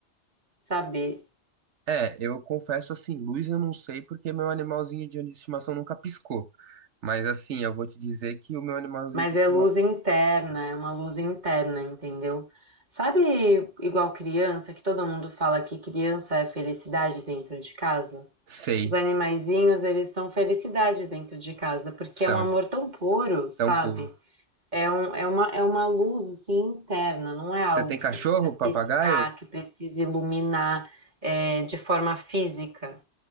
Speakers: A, on the right (about 40°); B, on the right (about 85°).
A: saber.
B: É, eu confesso assim, luz eu não sei porque meu animalzinho de estimação nunca piscou. Mas assim, eu vou te dizer que o meu animalzinho
A: Mas
B: de estimação.
A: é luz interna, é uma luz interna, entendeu? Sabe, igual criança, que todo mundo fala que criança é felicidade dentro de casa?
B: Sei.
A: Os animaizinhos, eles são felicidade dentro de casa, porque
B: São.
A: é um amor tão puro, sabe?
B: Tão puro.
A: É, um, é, uma, é uma luz, assim, interna, não é algo
B: Você tem
A: que
B: cachorro,
A: precisa piscar,
B: papagaio?
A: que precisa iluminar, é, de forma física.